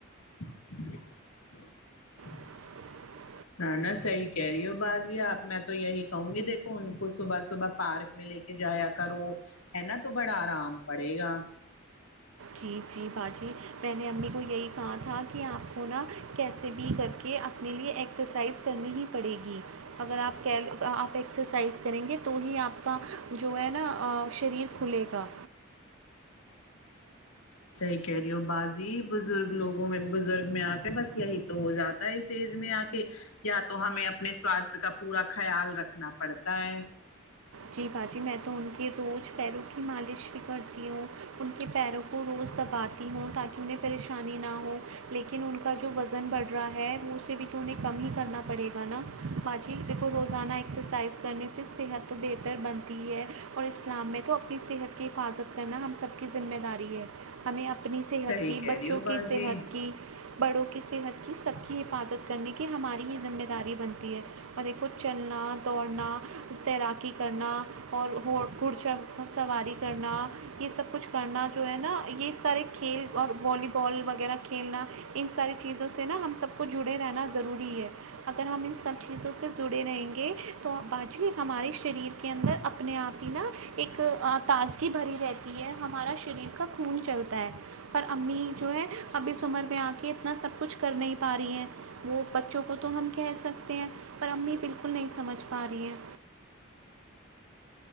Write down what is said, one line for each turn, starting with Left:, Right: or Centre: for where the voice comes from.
Left: <inaudible>
Right: <inaudible>
Left: نہ نا صحیح کہہ رہی ہو بازی آپ میں تو یہی کہوں گی دیکھو ان کو صبح صبح پارک میں لے کے کہ جایا کرو ہے نا تو بڑا آرام پڑے گا
Right: جی جی باجی میں نے امی کو یہی کہا تھا کہ آپ کو نا کیسے بھی کر کے اپنے لیے ایکسرسائز کرنی ہی پڑے گی اگر آپ آپ ایکسرسائز کریں گے تو ہی آپ کا جو ہے نا شریر کھلے گا
Left: صحیح کہہ رہی ہو باجی بزرگ لوگوں میں بزرگ میں آ کے بس یہی تو ہو جات اس ایج میں آ کے یا تو ہمیں اپنے سواستھ کا پورا خیال رکھنا پڑتا ہے
Right: جی باجی میں تو ان کے روز پیروں کی مالش بھی کرتی ہوں ان کے پیروں کو روز دباتی ہوں تاکہ انہیں پریشانی نہ ہو لیکن ان کا جو وزن بڑھ رہا ہے وہ اسے بھی تو انہیں کم ہی کرنا پڑے گا نا باجی دیکھو روزانہ ایکسرسائز کرنے سے صحت تو بہتر بنتی ہے اور اسلام میں تو اپنی صحت کی حفاظت کرنا ہم سب کی ذمہ داری ہے ہمیں اپنی صحت
Left: صحیح
Right: کی
Left: کہہ
Right: بچوں
Left: رہی ہو
Right: کی
Left: بازی
Right: صحت کی بڑوں کی صحت کی سب کی حفاظت کرنے کی ہماری ہی ذمہ داری بنتی ہے اور دیکھو چلنا دوڑنا تیرات کی کرنا اور ہو گھڑچھڑ سواری کرنا یہ سب کچھ کرنا جو ہے نا یہ سارے کھیل اور والی بال وغیرہ کھیلنا ان ساری چیزوں سے نا ہم سب کو جڑے رہنا ضروری ہے اگر ہم ان سب چیزوں سے جڑے رہیں گے تو باجی ہماری شریر کے اندر اپنے آپ ہی نا ایک تازگی بھری رہتی ہے ہمارا شریر کا خون چلتا ہے پر امی جو ہے اب اس عمر میں آ کے اتنا سب کچھ کر نہیں پا رہی ہیں وہ بچوں کو تو ہم کہہ سکتے ہیں پر امی بالکل نہیں سمجھ پا رہی ہیں